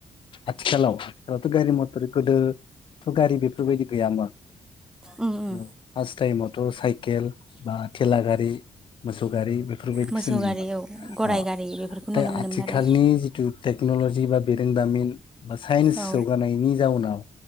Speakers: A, on the left; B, in the centre.
A: आथिखालाव आथिखालावथ गारि मथर गोदोथ गारि बेफोरबायदि गैयामोन
B: उम उम
A: फास्थ टाइमथ' साइकेल बा थेला गारि मोसौ गारि बेफोरबायदिखौसो
B: मोसौ
A: नुयोमोन
B: गारि औ गराइ
A: ओ ओमफाय
B: गारि बेफोरखौ नुनो मोनोमोन
A: आथिखालनि
B: आरो
A: जिथु टेक्न'लजि बा बिरोंदामिन बा साइन्स
B: औ
A: जौगानायनि जाउनाव